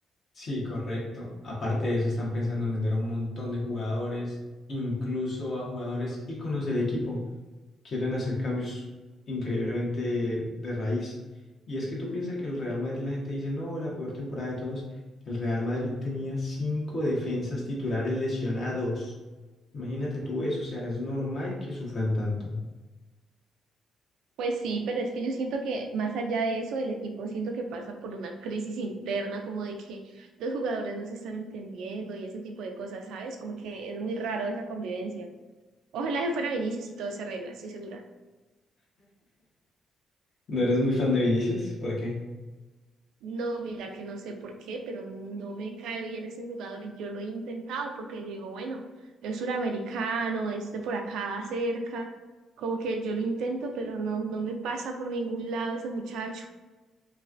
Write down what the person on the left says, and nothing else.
Sí, correcto. Aparte de eso, están pensando en vender a un montón de jugadores, incluso a jugadores íconos del equipo. Quieren hacer cambios increíblemente de raíz. Y es que tú piensas que el Real Madrid, la gente dice, no, la peor temporada de todos. El Real Madrid tenía cinco defensas titulares lesionados. Imagínate tú eso, o sea, es normal que sufran tanto.
¿No eres muy fan de Vinicius? ¿Por qué?